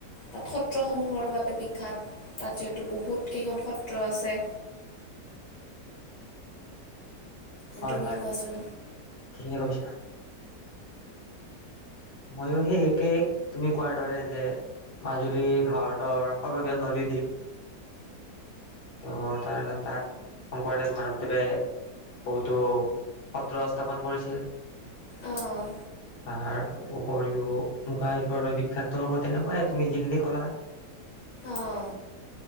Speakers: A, on the left; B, on the left.
A: তা'ত সত্ৰসমূহৰ বাবে বিখ্যাত, তা'ত যিহেতু বহুত কেইখন সত্ৰ আছে।
B: হয়
A: তুমি
B: হয়
A: কোৱাচোন
B: ঠিকে কৈছা। ময়োহে একে এক তুমি কোৱাৰ দৰে যে মাজুলী ভাৰতৰ সৰ্ববৃহৎ নদীদ্বীপ ত তাৰ তাত শংকৰদেৱ, মাধৱদেৱে বহুতো সত্ৰ স্থাপন কৰিছিল
A: অ' অ'।
B: পাহাৰ উপৰিও মুখা শিল্পৰ বাবে বিখ্যাতো হ'ব তেনেকুৱাই তুমি যিখিনি ক'লা।
A: অঁ